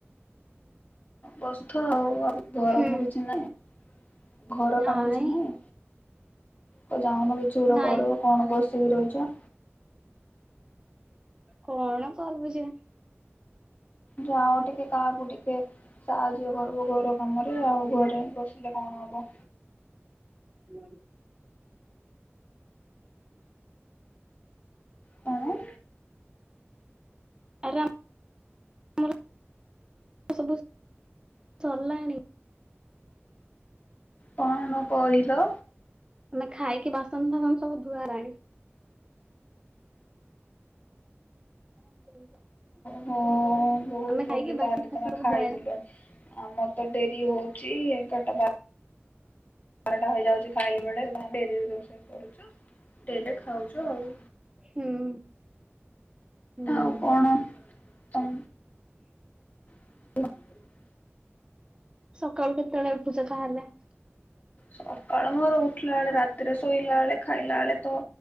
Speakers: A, on the left; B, on the right.
A: ବସ୍ଥ ଆଉ ଘର
B: ହୁଁ
A: କାମ କିଛି ନାହିଁ? ଘର
B: ନାଇଁ
A: କାମ କିଛି ନାହିଁ? ତ ଯାଉନ କିଛି ଗୋଟେ
B: ନାଇଁ
A: କରିବ, କଣ ବସିକି ରହିଛ।
B: କଣ କରିବୁ ଯେ
A: ଯାଅ ଟିକେ କାହାକୁ ଟିକେ ସାହାଯ୍ୟ କରିବୁ ଘର କାମରେ, ଆଉ ଘରେ ବସିଲେ କଣ ହବ।
B: ହୁଁ।
A: କଣ?
B: <unintelligible> ସରିଲାଣି।
A: କଣ କହିଲ?
B: ଆମେ ଖାଇକି ବାସନ ଫାସନ ସବୁ ଧୁଆ ହେଲାଣି। <inaudible>
A: ହ ବୋହୁତ୍
B: ଆମେ
A: ଜଲ୍ଦି
B: ଖାଇକି ବାସନ
A: ତାହେଲେ
B: ଫାସନ
A: ତମେ
B: ସବୁ
A: ଖାଇଥିଲ।
B: ଧୁଆ ହେଲାଣି।
A: ଆମର ତ ଡେରି ହୋଉଛି ଏଗାରଟା ବାର ବାରଟା ହେଇଯାଉଛି ଖାଇଲା ବେଳେ, ଡେରିରେ ରୋଷେଇ କରୁଛୁ ଡେରିରେ ଖାଉଛୁ ଆଉ।
B: ହୁଁ ହୁଁ।
A: ଆଉ କଣ ତମ <inaudible>
B: ସକାଳୁ କେତେବେଳେ ଉଠୁଛ ତାହେଲେ?
A: ସକାଳ ମୋର ଉଠିଲାବେଳେ ରାତିରେ ଶୋଇଲା ବେଳେ ଖାଇଲା ବେଳେ ତ